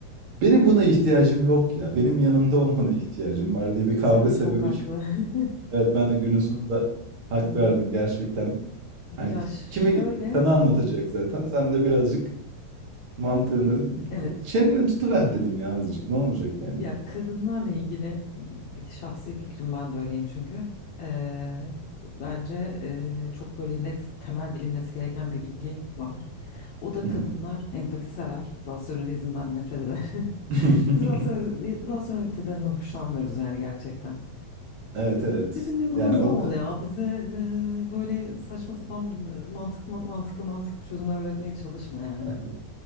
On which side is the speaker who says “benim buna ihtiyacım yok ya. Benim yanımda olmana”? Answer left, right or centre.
Right